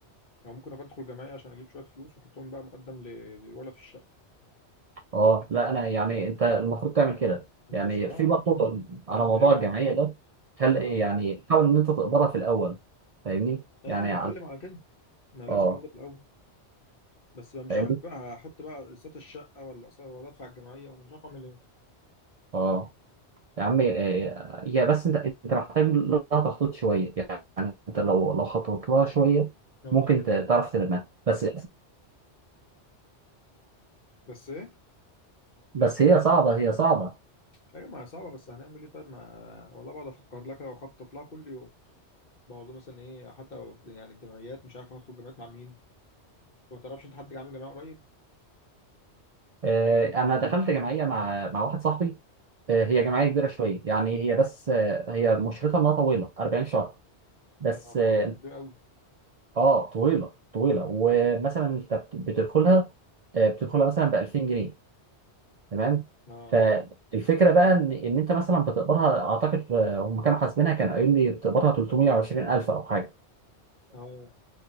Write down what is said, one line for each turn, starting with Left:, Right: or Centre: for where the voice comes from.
Left: أو ممكن أدخل جمعية عشان أجيب شوية فلوس وأحطهم بقى مقدم ل- للولد في الشقة
Right: اه لا لا يعني انت المفروض تعمل كده
Left: بحيث
Right: يعني
Left: اه
Right: في برضه على
Left: لأن
Right: موضوع
Left: هيك
Right: الجمعيه ده خل يعني
Left: اه
Right: حاول ان انت تقدرها في الاول فاهمني
Left: أيوة
Right: يعني
Left: ما أنا
Right: على
Left: بتكلم على كده ما لازم
Right: اه
Left: كده في الأول بس بقى مش
Right: فاهمني
Left: عارف بقى هحط بقى اقساط الشقه ولا أقساط- ولا ادفع الجمعيه ولا مش عارف اعمل ايه
Right: اه يا عم آه، هي بس انت انت محتاج لها تخطيط شويه يعني انت لو لو خططت لها شويه
Left: اه
Right: ممكن ت- تعرف تلمها بس
Left: بس ايه
Right: <clears throat> بس هي صعبه هي صعبه
Left: ايوه ما هي صعبه بس هنعمل ايه طيب ما والله بقعد افكر لك واخطط لها كل يوم بقعد مثلا ايه حتى لو- يعني الجمعيات مش عارف هاخد جمعيات مع مين انت ما تعرفش انت حد عامل جمعيه قريب
Right: آه، انا دخلت جمعيه مع مع واحد صاحبي آه،
Left: مم.
Right: هي جمعيه كبيره شويه يعني هي بس آه، هي مشرتها انها طويله 40 شهر بس
Left: يا خرابي
Right: اه
Left: كبير قوي
Right: آه، طويله طويله ومثلا انت بت- بتدخلها آه، بتدخلها مثلا ب 2000 جنيه تمام
Left: اه
Right: فالفكره بقى ان ان انت مثلا بتقبضها اعتقد آه، هم كانوا حاسبينها كان قايل لي بتقبضها 320 الف او حاجه
Left: اه